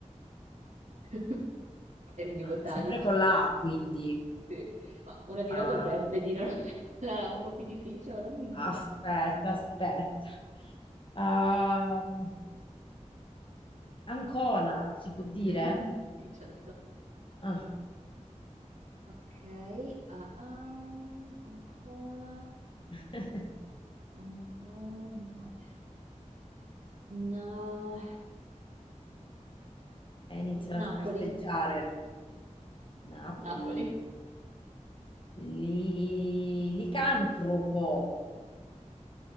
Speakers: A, on the right; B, on the left.
A: <laughs> Termini botanici.
B: sempre con la A quindi.
A: Sì. Ma una di
B: Ah,
A: noi dovrebbe dire una parola un po' più difficile, ma non mi viene.
B: aspetta, aspetta. Am- Ancona, si può dire?
A: <laughs> Sì, certo.
B: Ah.
A: Ok, ah, ah, ancora,
B: <laughs>
A: ancora. Na-
B: e iniziano
A: Napoli,
B: a scarseggiare. Napoli,
A: Napoli.
B: li... licantropo,